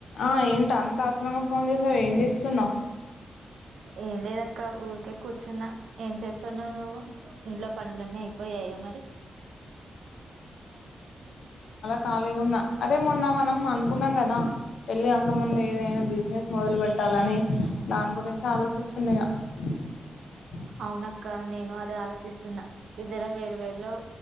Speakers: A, on the left (about 85°); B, on the right (about 85°).
A: ఆ ఏంటి అంత ఆత్రంగా ఫోన్ చేసావు ఏం చేస్తున్నావు
B: ఏం లేదక్క ఊరికే కూర్చున్నా ఏం చేస్తున్నవు నువ్వు ఇంట్లో పనులన్నీ అయిపోయా య మరి
A: ఖాలిగున్నా అరే మొన్న మనం అనుకున్నాం కదా పెళ్ళి కాక ముందె ఏదైనా బిజినెస్ మొదలు పెట్టాలని దాని గురించి ఆలోచిస్తున్నిగా బ్లాంక్
B: అవునక్క నేను అదే ఆలోచిస్తున్నా ఇద్దరం వేర్ వేరులో